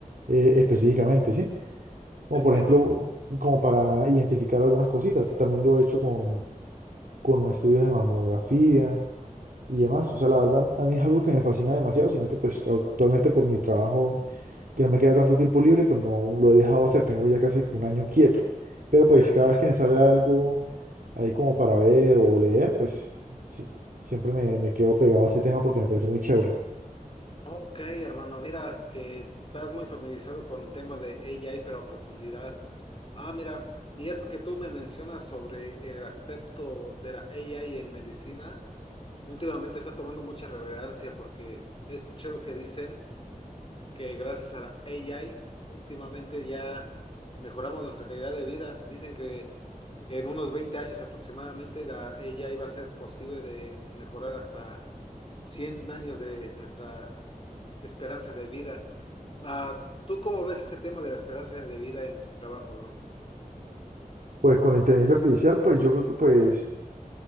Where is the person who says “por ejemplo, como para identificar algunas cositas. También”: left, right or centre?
Right